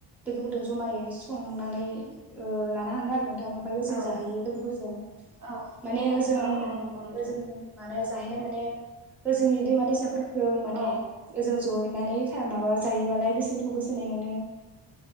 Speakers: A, in the centre; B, on the right.
A: लोगोफोरजों जमायै संनानै ओ लाना थाङो आरो नों थां ओमफ्राय ओजों
B: औ
A: जाहैयो लोगोफोरजों।
B: औ
A: माने ओजों
B: औ औ नंगौ नोंथां
A: ओजों माने जाहैनाय माने जोंनि दैमा दैसाफोरखौ जों माने
B: औ
A: ओजों जनानै माबा जायोबालाय गोसोफोरखौ गोजोननाय मोनो